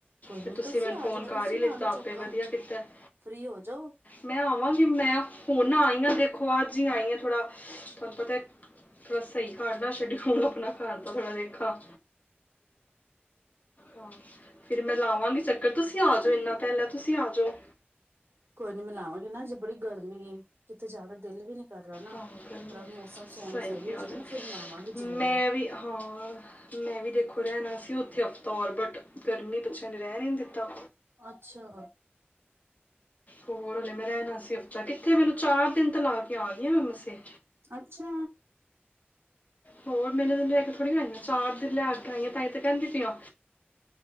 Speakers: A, on the right; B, on the left.
A: ਕੋਈ ਨੀ
B: ਤੇ
A: ਤੁਸੀਂ
B: ਮੈਨੂੰ ਫੋਨ
A: ਆ ਜਾਂਣਾ
B: ਕਰ
A: ਤੁਸੀ
B: ਹੀ
A: ਲਾ
B: ਲਿੱਤਾ
A: ਲੋੋ
B: ਆਪੇ
A: ਚੱਕਰ।
B: ਵਧੀਆ ਕੀਤਾ ਹੈ।
A: ਫ੍ਰੀ ਹੋ ਜਾਓ।
B: ਮੈਂ ਆਵਾਂਗੀ ਮੈਂ ਹੁਣ ਆਈ ਆਂ ਦੇਖੋ ਅੱਜ ਈ ਆਈ ਹਾਂ ਥੋੜਾ, ਤੁਹਾਨੂੰ ਪਤੈ ਥੋੜਾ ਸਹੀ ਕਾਰਲਾ ਸ਼ੈਡਿਯੂਲ ਅਪਣਾ ਘੱਰ ਦਾ ਥੋੜਾ ਵੇਖਾ। ਹਾਂ, ਫਿਰ ਮੈਂ ਲਾਵਾਂਗੀ ਚੱਕਰ ਤੁਸੀਂ ਆ ਜੋ ਇੰਨਾ ਪਹਿਲਾ ਤੁਸੀਂ ਆ ਜੋ।
A: ਕੋਈ ਨੀ ਮੈਂ ਲਾਵਾਂਗੀ ਨਾ ਹਜੇ ਬੜੀ ਗਰਮੀ ਏ, ਕਿਤੇ ਜਾਣ ਦਾ ਦਿਲ ਵੀ ਨੀ ਕਰ ਰਿਹਾ ਨਾ,
B: ਹਾਂ
A: ਥੋੜਾ
B: ਗਰਮੀ
A: ਮੌਸਮ ਸੋਹਣ ਸਹੀ
B: ਕਿਹਾ
A: ਹੋ ਜਾਏਗਾ
B: ਜੀ
A: ਨਾ ਫੇਰ ਮੈਂ ਆਵਾਂਗੀ
B: ਮੈਂ
A: ਜਰੂਰ।
B: ਵੀ ਹਾਂ ਮੈਂ ਵੀ ਦੇਖੋ ਰਹਿਣਾ ਸੀ ਉੱਥੇ ਹਫਤਾ ਔਰ ਬਟ, ਗਰਮੀ ਬੱਚਿਆਂ ਨੇ ਰਹਿਣ ਈ ਨੀ ਦਿੱਤਾ।
A: ਅੱਛਾ।
B: ਹੋਰ ਮੈਂ ਰਹਿਣਾ ਸੀ ਹਫਤਾ ਕਿੱਥੇ ਮੈਨੂੰ ਚਾਰ ਦਿਨ ਤੇ ਲਾ ਕੇ ਆ ਗਈ ਆ ਮੈਂ ਮਸੇ।
A: ਅੱਛਾ।
B: ਹੋਰ ਮੈ ਇਨੇ ਦਿਨ ਰਹਿ ਕੇ ਥੋੜੀ ਆਈ ਆਂ ਚਾਰ ਦਿਨ ਰਹਿ ਕੇ ਆਈ ਆਂ ਤਾਈ ਤੇ ਕਹਿੰਦੀ ਪਈ ਆਂ।